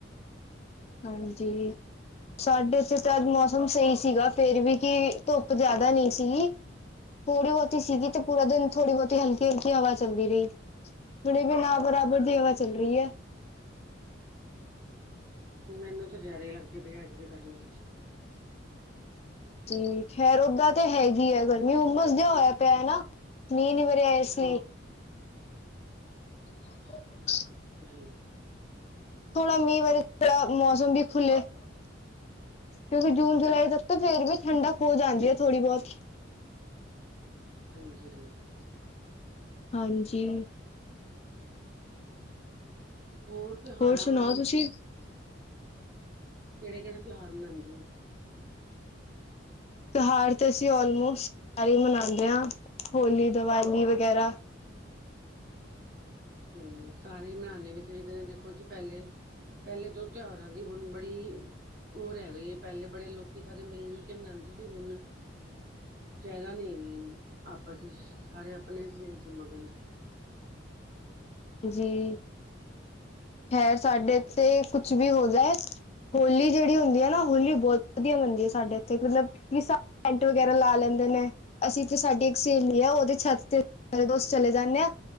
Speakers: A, on the left; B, on the right.
A: ਹਾਂਜੀ। ਸਾਡੇ ਔਥੇ ਤੇ ਅਜ ਮੌਸਮ ਸਹੀ ਸੀਗਾ, ਫੇਰ ਵੀ ਕੀ ਧੁੱਪ ਜਾਦਾ ਨਹੀਂ ਸੀਗੀ। ਥੋੜ੍ਹ ਬੋਤੀ ਸੀਗੀ ਤੇ ਪੂਰਾ ਦਿਨ ਥੋੜ੍ਹੀ ਬੋਤੀ ਹਲਕੀ- ਹਲਕੀ ਹਵਾ ਚੱਲਦੀ ਰਹੀ। ਹੁਨ ਵੀ ਨਾ ਦੈ ਬਰਾਬਰ ਦੀ ਹਵਾ ਚੱਲ ਰੀ ਐ
B: ਮੈਨੂੰ ਤਾਂ ਜਾਦੇ ਈ ਲੱਗ- ਜਿਵੇਂ ਅੱਜ ਵੀ ਗਰਮੀ ਏ
A: ਹਮ ਖੈਰ ਔਦਾਂ ਤੇ ਹੈਗੀ ਐ ਗਰਮੀ ਉਮਸ ਜੇਯਾ ਹੋਯਾ ਪੇਆ ਨਾ, ਮੀਂਹ ਨੀ ਪੇਯਾਏ ਸੀ।
B: ਹਾਂ
A: <inaudible>
B: ਹਾਂ
A: ਥੋੜਾ ਮੀਂਹ ਵਰ <unintelligible> ਪਯਾ ਮੌਸਮ ਵੀ ਖੁੱਲੇ ਕਿਉਂਕਿ ਜੂਨ ਜੁਲਾਈ
B: ਤਾਂ ਹੈ।
A: ਤੱਕ ਤੇ ਫੇਰ ਵੀ ਠੰਡਕ ਹੋੋ ਜਾਂਦੀ ਐ ਥੋੜ੍ਹੀ ਬੋਤ।
B: ਹਾਂਜੀ -ਹਾਂਜੀ,
A: ਹਾਂਜੀ,
B: ਹੋਰ ਤਿਉਹਾਰਾਂ
A: ਹੋਰ ਸੁਨਾਔ
B: ਬਾਰੇ
A: ਤੁਸੀਂ
B: ਕੇੜੇ -ਕੇੜੇ ਤੇਔਹਾਰ ਮਨਾਦੇ ਔ
A: ਤੇਹਾਰ ਤਾਂ ਅਸੀਂ ਔਲਮੋਸਟ ਸਾਰੇ ਮਨਾਦੇ ਹਾਂ। ਹੋਲੀ, ਦੀਵਾਲੀ ਵਗੈਰਾ,
B: ਹਮ, ਸਾਰੇ ਮਾਹਲੇ ਵਿੱਚ ਵੀ ਤੇ ਦੇਖੋ ਜੀ, ਪੈਹਲੇ ਪੈਹਲੇ ਤੋਂ ਤੇਔਹਾਰਾਂ ਦੀ ਹੁਣ ਬ ਬੀ ਅ ਔਹ ਰੈ ਗਏ ਪੂਲੇ ਬੜੇ ਲੋਕੀ ਸਾਰੇ ਮਿਲ -ਜੁਲ ਕੇ ਮਨਾਦੇ ਸੀ ਹੁਣ ਜਾਦਾ ਨੀ ਹੈਗੇ ਆਪਸ ਚ ਸਾਰੇ ਅਪਣੇ- ਅਪਣੇ ਚ ਮਗਨ ਹੈਗੇ ਨੇ
A: ਜੀ, ਖੈਰ ਸਾਡੇੇ ਤੇ ਕੁਛ ਵੀ ਹੋ ਜਾਏ ਹੋਲੀ ਜੇੜੀ ਹੁੰਦੀ ਹੈ ਨਾ, ਹੋਲੀ ਬੋਤ ਵਧੀਆ ਮੰਨਦੀ ਹੈ ਸਾਡੇ ਇੱਥੇ, ਮਤਲਬ ਵੀ ਸ ਐਂਟ ਵਗੈਰਾ ਲਾ ਲੈਂਦੇ ਨੇ ਅਸੀਂ ਤੇ ਸਾਡੀ ਇੱਕ ਸੇਲੀ ਆ ਔਦੇ ਛੱਤ ਤੇ ਸਾਰੇ ਦੋਸਤ ਚਲੇ ਜਾਂਨੇ ਆ, ਹਾਂ